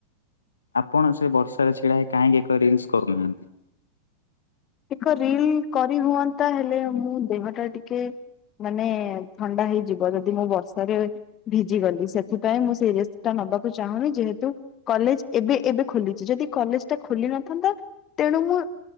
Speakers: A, on the left; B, on the left.
A: ଆପଣ ସେ ବର୍ଷା ଛିଡା ହେଇକି, କାହିଁକି ଏକ ରିଲସ କରୁନାହାନ୍ତି?
B: ଏକ ରିଲ କରି ହୁଅନ୍ତା, ହେଲେ ମୁଁ ଦେହ ଟା ଟିକେ ମାନେ ଥଣ୍ଡା ହେଇଯିବ, ଯଦି ମୁଁ ବର୍ଷାରେ ଭିଜି ଗଲି, ସେଥିପାଇଁ ମୁଁ ସେଇ ରିକ୍ସ ଟା ନବାକୁ ଚାହୁଁନି, ଯେହେତୁ କଲେଜ ଏବେ ଏବେ ଖୋଲିଛି, ଯଦି କଲେଜ ଟା ଖୋଲି ନଥାନ୍ତା ତେଣୁ ମୁଁ